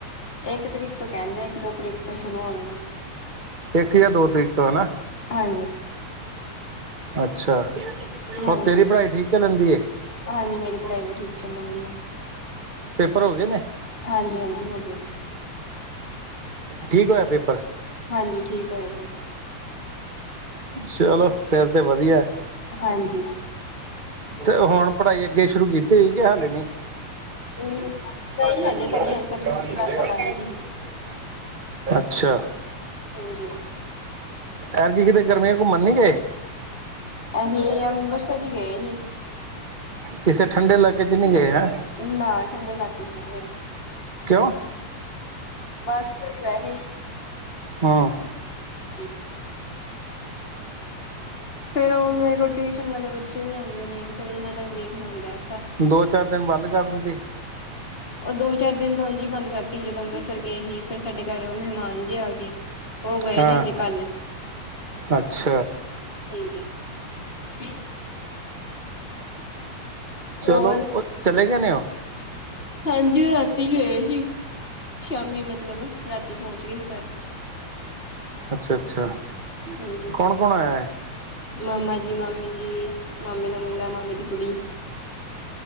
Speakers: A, on the left; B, on the right.
A: ਇੱਕ ਤਰੀਕ ਤੋਂ ਕਹਿੰਦੇ, ਇੱਕ ਦੋ ਤਰੀਕ ਤੋਂ ਸ਼ੁਰੂ ਹੋਣਗੇ।
B: ਇੱਕ ਜਾਂ ਦੋ ਤਰੀਕ ਤੋਂ ਹੈ ਨਾ।
A: ਹਾਂਜੀ,
B: ਅੱਛਾ,
A: ਹਾਂਜੀ
B: ਹੋਰ ਤੇਰੀ ਪੜ੍ਹਾਈ ਠੀਕ ਚੱਲਣ ਦੀ ਏ।
A: ਹਾਂਜੀ ਮੇਰੀ ਪੜ੍ਹਾਈ ਵੀ ਠੀਕ ਚੱਲਣ ਦੀ ਏ,
B: ਪੇਪਰ ਹੋ ਗਏ ਨੇ
A: ਹਾਂਜੀ- ਹਾਂਜੀ ਹੋ ਗੇ।
B: ਠੀਕ ਹੋਇਆ ਪੇਪਰ।
A: ਹਾਂਜੀ ਠੀਕ ਹੋਏ
B: ਚਲੋ ਫੇਰ ਤੇ ਵਧੀਆ।
A: ਹਾਂਜੀ,
B: ਤੇ ਹੁਣ ਪੜ੍ਹਾਈ ਅੱਗੇ ਸ਼ੁਰੂ ਕੀਤੀ ਹੋਈ, ਕਿ ਹਾਲੇ ਨੀ।
A: ਹਮ ਨਹੀਂ
B: <inaudible>
A: ਹਜੇ ਤਾਂ ਨਹੀਂ ਹਜੇ ਤਾਂ ਦੂਸਰੀ ਕਲਾਸਾਂ ਲਾਉਣ ਦੀ ਹੀ
B: ਅੱਛਾ,
A: ਹਾਂਜੀ
B: ਐਤਕੀ ਕਿਤੇ ਗਰਮੀਆਂ ਚ ਘੁੰਮਣ ਨੀ ਗਏ।
A: ਅਸੀਂ ਅੰਬਰਸਰ ਹੀ ਗਏ ਸੀ।
B: ਕਿਸੇ ਠੰਡੇ ਇਲਾਕੇ ਚ ਨਹੀਂ ਗਏ। ਹੈਂ
A: ਨਾ ਠੰਡੇ ਇਲਾਕੇ ਚ ਨਹੀਂ ਗਏ।
B: ਕਿਉਂ?
A: ਬਸ ਵੈਸੇ
B: ਹਾਂ,
A: ਹਾਂਜੀ ਫੇਰ ਉਹ ਮੇਰੇ ਕੋਲ ਟਿਊਸ਼ਨ ਵਾਲੇ ਬੱਚੇ ਵੀ ਆਂਦੇ ਨੇ, ਫਿਰ ਉਹਨਾਂ ਦਾ ਵੀ ਵੇਖਣਾ ਹੁੰਦਾ ਐ।
B: ਦੋ ਚਾਰ ਦਿਨ ਬੰਦ ਕਰ ਦਿੰਦੀ।
A: ਉਹ ਦੋ ਚਾਰ ਦਿਨ ਤਾਂ ਉਂਜ ਈ ਬੰਦ ਕਰਤੀ ਸੀ, ਜਦੋਂ ਅੰਬਰਸਰ ਗਏ ਸੀ, ਫਿਰ ਸਾਡੇ ਘਰ ਮਹਿਮਾਨ ਜੇ ਆ ਗਏ। ਉਹ ਗਏ
B: ਹਾਂ
A: ਨੇ ਅਜੇ ਕੱਲ੍ਹ।
B: ਅੱਛਾ,
A: ਹਾਂਜੀ, <unintelligible>
B: ਚਲੋ,
A: ਹੋਰ
B: ਉਹ ਚਲੇ ਗਏ ਨੇ ਉਹ।
A: ਹਾਂਜੀ, ਉਹ ਰਾਤੀ ਗਏ ਸੀ। ਸ਼ਾਮੀ ਮਤਲਬ, ਰਾਤੀ ਪਹੁੰਚ ਗਏ ਸੀ ਘਰ।
B: ਅੱਛਾ- ਅੱਛਾ।
A: ਹਾਂਜੀ
B: ਕੌਣ ਕੌਣ ਆਇਆ ਹੈ
A: ਮਾਮਾ ਜੀ, ਮਾਮੀ ਜੀ ਮਾਮੇ ਦਾ ਮੁੰਡਾ ਮਾਮੇ ਦੀ ਕੁੜੀ